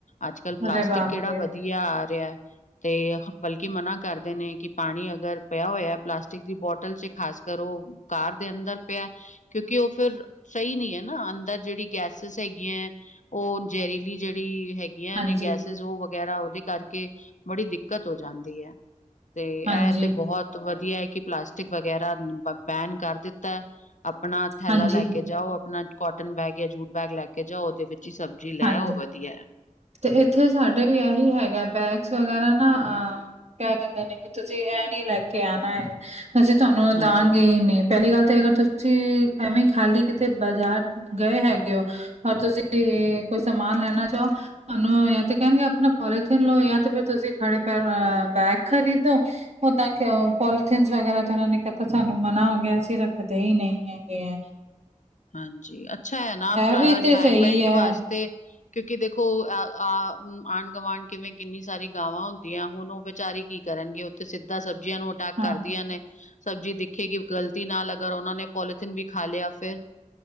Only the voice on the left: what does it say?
ਅੱਜ- ਕੱਲ੍ਹ, ਪਲਾਸਟਿਕ
ਕਿਹੜਾ
ਵਧੀਆ। ਵਧੀਆ ਆ ਰਿਹਾ, ਤੇ ਬਲਕਿ ਮਨਾ ਕਰਦੇ ਨੇ, ਕਿ ਪਾਣੀ ਅਗਰ ਪਿਆ ਹੋਇਆ ਪਲਾਸਟਿਕ ਦੀ ਬੋਤਲ ਚ, ਖਾਸ ਕਰ ਉਹ ਕਾਰ ਦੇ ਅੰਦਰ ਪਿਆ ਕਿਉਂਕਿ, ਉਹ ਫਿਰ ਸਹੀ ਨਹੀਂ ਐ ਨਾ, ਅੰਦਰ ਜਿਹੜੀ ਗੈਸਿਸ ਹੈਗੀਆਂ, ਉਹ ਜ਼ਹਿਰੀਲੀ ਜਿਹੜੀ ਹੈਗੀਆਂ
ਨੇ ਗੈਸਿਸ, ਉਹ ਵਗੈਰਾ ਉਹਦੇ ਕਰਕੇ ਕੇ ਬੜੀ ਦਿੱਕਤ ਹੋ ਜਾਂਦੀ ਐ, ਤੇ ਇਹ
ਤੇ ਬਹੁਤ ਵਧੀਆ ਹੈ, ਕਿ ਪਲਾਸਟਿਕ ਵਗੈਰਾ ਬੈਨ ਕਰ ਦਿੱਤਾ ਐ। ਆਪਣਾ ਥੈਲਾ
ਲੈ ਕੇ ਜਾਓ, ਆਪਣਾ ਕੋਟਨ ਬੈਗ ਜਾਂ ਜੂਟ ਬੈਗ ਲੈ ਕੇ ਜਾਓ, ਉਹਦੇ ਵਿੱਚ ਹੀ ਸਬ- ਜੀ, ਲੈ
ਆਓ ਵਧੀਆ।
ਹਾਂਜੀ
ਹਾਂਜੀ ਅੱਛਾ ਹੈ ਨਾ
ਇਨਵਾਇਰਮੈਂਟ
ਵਾਸਤੇ, ਕਿਉਂਕਿ ਦੇਖੋ ਅ ਆ ਹ ਆਂਢ ਗਵਾਂਢ ਕਿਵੇਂ ਕਿੰਨੀ ਸਾਰੀ ਗਾਵਾਂ ਹੁੰਦੀਆਂ, ਹੁਣ ਉਹ ਵਿਚਾਰੀ ਕੀ ਕਰਨਗੇ, ਉੱਥੇ ਸਿੱਧਾ ਸਬਜ਼ੀਆਂ ਨੂੰ ਅਟੈਕ
ਕਰਦੀਆਂ ਨੇ ਸਬਜ਼ੀ ਦੇਖੇਗੀ, ਗਲਤੀ ਨਾਲ ਅਗਰ ਉਹਨਾਂ ਨੇ ਪੋਲੀਥੀਨ ਵੀ ਖਾ ਲਿਆ ਫੇਰ